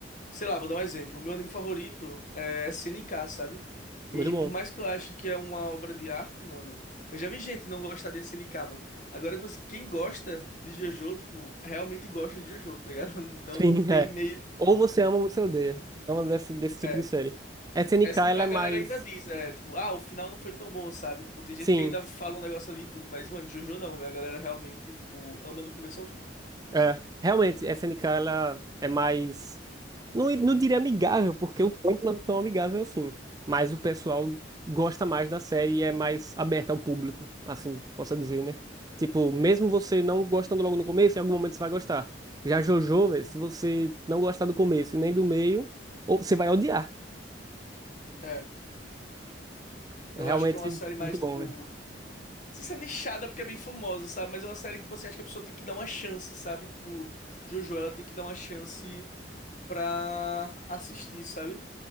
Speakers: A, on the left (about 45°); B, on the right (about 20°).
A: sei lá, vou dar um exemplo. O meu anime favorito é SNK, sabe? E
B: Muito bom.
A: por mais que eu acho que é uma obra de arte, mano, eu já vi gente não gostar de SNK, mano. Agora, tipo assim, quem gosta de JoJo, tipo, realmente gosta de JoJo, tá ligado? <laughs> Não
B: Sim,
A: tem
B: <laughs> é.
A: meio.
B: Ou você ama ou você odeia. É uma desse, desse tipo
A: é,
B: de série. S N
A: SNK
B: K, ela
A: a
B: é mais.
A: galera ainda diz, é, tipo, ah, o final não foi tão bom, sabe? Tipo, tem gente
B: Sim,
A: que ainda fala um negócio ali e tudo, mas, mano, JoJo não, velho. A galera realmente, tipo, ama do começo ao fim.
B: É, realmente, SNK ela é mais. Não, i- não diria amigável, porque o campo não é tão amigável assim. Mas o pessoal gosta mais da série e é mais aberta ao público, assim, posso dizer, né? Tipo, mesmo você não gostando logo no começo, em algum momento você vai gostar. Já JoJo, véi, se você não gostar do começo e nem do meio, ou você vai odiar.
A: É,
B: É
A: eu
B: realmente
A: acho que é uma série mais,
B: muito bom,
A: tipo,
B: velho.
A: não sei se é nichada porque é bem famosa, sabe? Mas é uma série que, tipo assim, acho que a pessoa tem que dar uma chance, sabe? Tipo, JoJo, ela tem que dar uma chance pra assistir, sabe?